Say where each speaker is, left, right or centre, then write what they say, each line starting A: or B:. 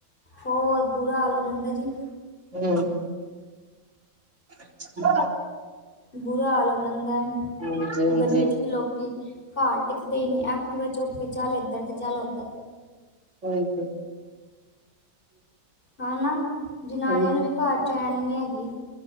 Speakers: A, on the left; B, on the right.
A: ਹੋਰ ਬੁਰਾ ਹਾਲ ਹੋ ਜਾਂਦਾ ਜੀ।
B: ਹੋਰ <inaudible>
A: ਬੁਰਾ ਹਾਲ ਹੋ ਜਾਂਦਾ ਹੈ
B: ਹਾਂਜੀ ਹਾਂਜੀ
A: ਗਰਮੀ 'ਚ ਵੀ ਲੋਕੀ ਘਾਰ ਟਿੱਕਦੇ ਹੀ ਨਈ ਐਕਟੀਵਾ ਚੁੱਕ ਕੇ ਚੱਲ ਇੱਧਰ ਤੇ ਚੱਲ ਉੱਧਰ
B: ਹਾਂਜੀ
A: ਹਾਂ ਨਾ ਜਨਾਣੀਆਂ
B: ਹਾਂਜੀ
A: ਨੂੰ ਵੀ ਘਾਰ ਚੈਨ ਨੀ ਨਈ ਹੈਗੀ।